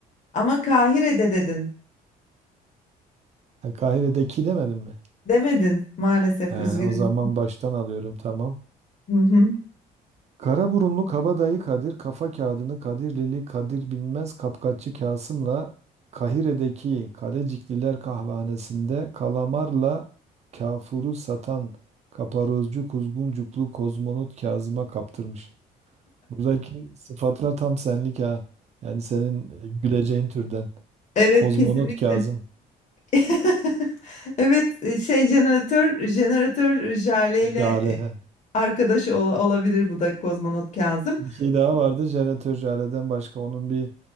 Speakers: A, on the left; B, on the right.
A: Ama Kahire'de dedin.
B: Ha, Kahire'deki demedim mi?
A: Demedin maalesef
B: He,
A: üzgünüm.
B: o zaman baştan alıyorum tamam.
A: Hı hı.
B: Karaburunlu Kabadayı Kadir kafa kağıdını Kadirlili Kadir Bilmez Kapkaççı Kasım'la Kahire'deki Kalecikliler kahvehanesinde kalamarla kafuru satan kaparozcu kuzguncuklu kozmonot Kazım'a kaptırmış. Buradaki sıfatlar tam senlik ha. Yani senin e, güleceğin türden.
A: Evet
B: Kozmonot
A: kesinlikle.
B: Kazım.
A: <laughs> Evet e, şey jeneratör jeneratör jaleyle
B: Jale.
A: e,
B: he.
A: arkadaş ol- olabilir bu da kozmonot Kazım.
B: Bir şey daha vardı. Jeneratör Jale'den başka onun bir